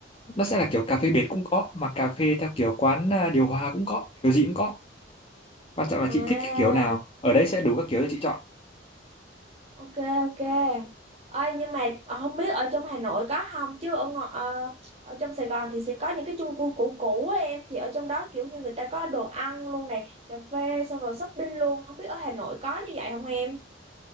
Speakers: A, on the left; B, on the right.
A: Nó sẽ là kiểu cà phê bệt cũng có, mà cà phê theo kiểu quán à, điều hòa cũng có, kiểu gì cũng có. Quan trọng là
B: À,
A: chị thích cái kiểu nào. Ở đấy sẽ đủ các kiểu cho chị chọn.
B: ok, ok. Ơi nhưng mà ờ, không biết ở trong Hà Nội có không chứ ở ngo- ờ, ở trong Sài Gòn thì sẽ có những cái chung cư cũ cũ á em thì ở trong đó kiểu như người ta có đồ ăn luôn nè, cà phê xong rồi shopping luôn, không biết ở Hà Nội có như vậy không em?